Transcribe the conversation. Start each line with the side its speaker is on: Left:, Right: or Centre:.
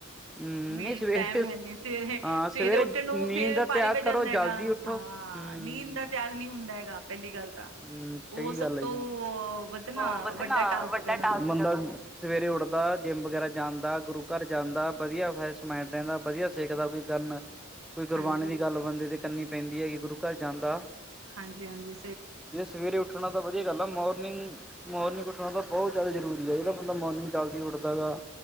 Centre: ਹਮ
Right: ਮੇ
Centre: ਨਹੀਂ ਸਵੇਰੇ
Right: ਟਾਈਮ ਹੈ ਨਹੀਂ ਸਵੇਰੇ-ਸਵੇਰੇ
Centre: ਹਾਂ ਸਵੇਰੇ
Right: ਉੱਠਣ ਨੂੰ
Centre: ਨੀਂਦ
Right: ਫੇਰ
Centre: ਦਾ
Right: ਪਾਰੀ
Centre: ਤਿਆਗ
Right: ਪੈ
Centre: ਕਰੋ
Right: ਜਾਂਦਾ
Centre: ਜਲਦੀ
Right: ਹੈਗਾ
Centre: ਉੱਠੋ
Right: ਹਾਂ
Centre: ਹਮ
Right: ਨੀਂਦ ਦਾ ਤਿਆਗ ਨਹੀਂ ਹੁੰਦਾ ਹੈਗਾ ਪਹਿਲੀ ਗੱਲ ਤਾਂ
Centre: ਹਮ ਸਹੀ
Right: ਉਹ ਸਭ
Centre: ਗੱਲ ਆ
Right: ਤੋਂ ਵੱਧ ਨਾ
Centre: ਹਾਂ ਵ
Right: ਵੱਡਾ ਟਾਸਕ
Centre: ਵੱਡਾ
Right: ਹੈਗਾ ਉਹਨਾਂ
Centre: ਟਾ
Right: ਨੂੰ
Centre: ਸਵੇਰੇ ਉੱਠਦਾ ਜਿੰਮ ਵਗੈਰਾ ਜਾਂਦਾ ਗੁਰੂ ਘਰ ਜਾਂਦਾ ਵਧੀਆ ਫਰੈਸ਼ ਮਾਈਂਡ ਰਹਿੰਦਾ ਵਧੀਆ ਸਿੱਖਦਾ ਕੋਈ ਕਰਨ ਕੋਈ ਗੁਰਬਾਣੀ
Right: ਹਾਂਜੀ
Centre: ਦੀ ਗੱਲ ਬੰਦੇ ਤੇ ਕਨੀ ਪੈਂਦੀ ਹੈ ਕਿ ਗੁਰੂ ਘਰ ਜਾਂਦਾ
Right: ਹਾਂਜੀ-ਹਾਂਜੀ
Centre: ਇਹ ਸਵੇਰੇ ਉੱਠਣਾ ਤਾਂ ਵਧੀਆ ਗੱਲ ਆ ਮੋਰਨਿੰਗ ਮੋਰਨਿੰਗ ਉੱਠਣਾ ਤਾਂ ਬਹੁਤ ਜ਼ਿਆਦਾ ਜ਼ਰੂਰੀ ਹੈ ਜਿਹੜਾ ਬੰਦਾ ਮੋਰਨਿੰਗ ਜਲਦੀ ਉੱਠਦਾ ਹੈਗਾ